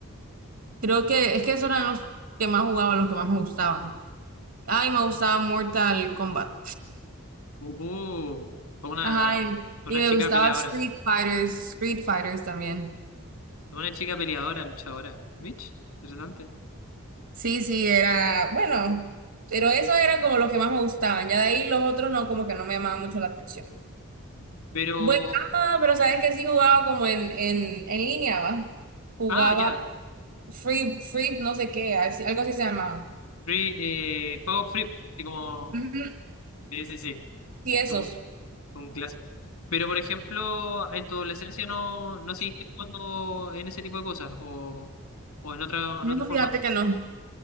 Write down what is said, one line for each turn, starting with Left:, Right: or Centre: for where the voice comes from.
Right: creo que es que esos eran los que más jugaba, los que más me gustaban. Ay, me gustaba Mortal Kombat.
Left: Uh, fue una,
Right: Ajá, y,
Left: fue
Right: y
Left: una
Right: me
Left: chica
Right: gustaba
Left: peleadora.
Right: Street Fighters, Street Fighters también.
Left: Fue Una chica peleadora, luchadora. Mitch, interesante.
Right: Sí, sí, era, bueno, pero esos eran como los que más me gustaban. Ya de ahí los otros no, como que no me llamaban mucho la atención.
Left: Pero,
Right: Bueno, ah, pero sabes que sí jugaba como en, en, en línea, ¿va? Jugaba
Left: ah, ya.
Right: Free, Free, no sé qué, así- algo así se llamaba.
Left: Free, eh, juego free, así como,
Right: Ujú.
Left: sí, sí, sí.
Right: Sí, esos.
Left: Un un clásico. Pero, por ejemplo, en tu adolescencia no, no seguiste jugando en ese tipo de cosas o, o en otra, o
Right: No,
Left: en otro formato.
Right: fíjate que no.